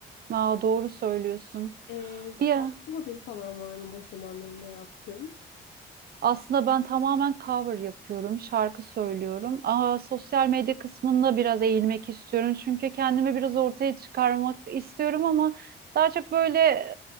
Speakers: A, on the right; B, on the left.
A: Aa doğru söylüyorsun.
B: Ee,
A: Bir
B: başka hobin falan var mı boş zamanlarında yaptığın?
A: Aslında ben tamamen cover yapıyorum, şarkı söylüyorum. Aa, sosyal medya kısmında biraz eğilmek istiyorum. Çünkü kendimi biraz ortaya çıkarmak istiyorum ama daha çok böyle e,